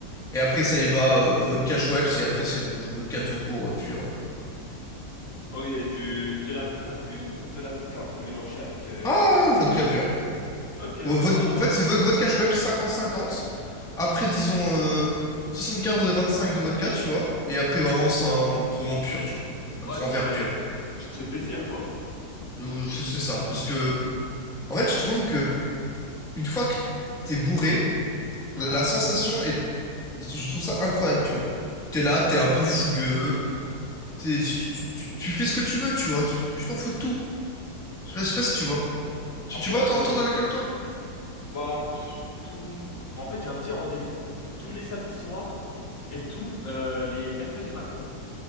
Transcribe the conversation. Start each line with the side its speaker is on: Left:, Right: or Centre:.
Centre: Et après, ça y va, euh, vodka Schweppes, et après, c'est v- vodka tout court, euh, pur. euh.
Left: Oh, et du de la vodka pure ou de la vodka un peu mélangée avec. euh,
Centre: Ah, vodka
Left: euh,
Centre: pur.
Left: Ok,
Centre: Vo-
Left: ouais,
Centre: vodka-
Left: bah
Centre: en fait, c'est vo- vodka Schweppes cinquante cinquante Après, disons euh, vingt cinq de vodka, tu vois. Et après, vraiment, sans, vraiment pur, tu vois. Un
Left: ouais,
Centre: grand
Left: tu
Centre: verre
Left: te fais
Centre: pur.
Left: tu te fais plaisir quoi.
Centre: Euh, C'est c'est ça. Parce que, en fait, je trouve que une fois que t'es bourré, la
Left: Ouais.
Centre: la sensation est Je trouve ça incroyable, tu vois. T'es là, t'es un peu fougueux, t'es- tu, tu- tu- tu fais ce que tu veux, tu vois. Tu tu t'en fous de tout. Je sais pas,
Left: Ah.
Centre: je sais pas si tu vois. Tu,
Left: En fait,
Centre: tu bois, t'en entends de l'alcool, toi?
Left: Bah, pff, tout. En fait, j'ai un petit rendez-vous tous les samedis soirs et tous euh, les mercredis matins.